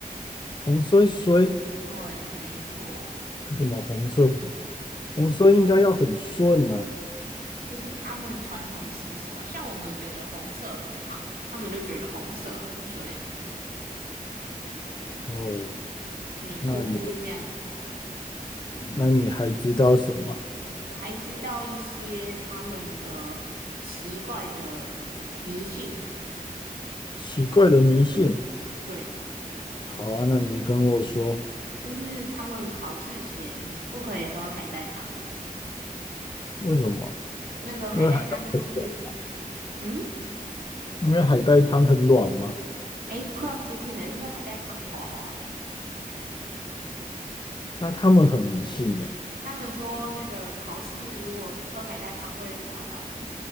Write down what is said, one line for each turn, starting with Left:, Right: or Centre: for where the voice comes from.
Left: 红衰衰？
Right: 对，没错，
Left: 为什么红色不红色应该要很顺呐、
Right: 就是他们传统习俗啊。像我们觉得红色很好，他们就觉得红色很衰。
Left: 哦，
Right: 没错，
Left: 那也，
Right: 就是这样。
Left: 那你还知道什么
Right: 我还知道一些他们的奇怪的迷信，
Left: 奇怪的迷信？
Right: 对。
Left: 好啊，那你跟我说
Right: 就是他们考试前不可以喝海带汤，
Left: 为什么？
Right: 那个海带汤就是，
Left: 因为海带很软，
Right: 嗯，
Left: 因为海带汤很软嘛。
Right: 诶，快要接近了，因为海带汤滑滑的。
Left: 那他们很迷信呢、
Right: 他们说那个考试如果喝海带汤会滑倒，